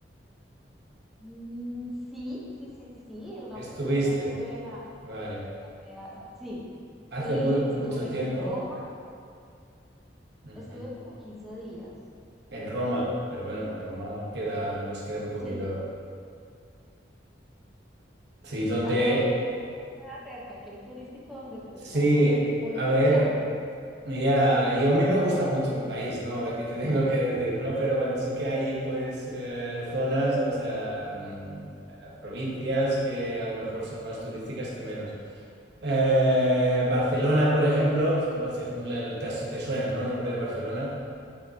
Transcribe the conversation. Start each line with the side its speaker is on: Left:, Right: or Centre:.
Centre: Mm, sí, sí, sí, sí, en una
Right: Estuviste,
Centre: oportunidad tuve la, la
Right: vale.
Centre: idea, sí, fui,
Right: Hace mu-
Centre: estuve
Right: mucho tiempo.
Centre: en Roma,
Right: Ujú.
Centre: estuve como 15 días,
Right: En Roma, pero bueno, Roma queda, nos queda un poquito.
Centre: sí,
Right: Sí, ¿dónde?
Centre: Hasta donde tú estás te queda cerca, que hay turístico donde tú
Right: Sí,
Centre: estás. A ver, ponme
Right: a ver,
Centre: un plan.
Right: ya, yo a mí me gusta mucho mi país, ¿no? A ver qué te <laughs> tengo que decir, ¿no? Pero bueno, sí que hay pues eh, zonas, o sea, mm, eh, provincias que a lo mejor son más turísticas que menos. Eh, Barcelona, por ejemplo, conoces, el- te, te suena, ¿no? El nombre de Barcelona.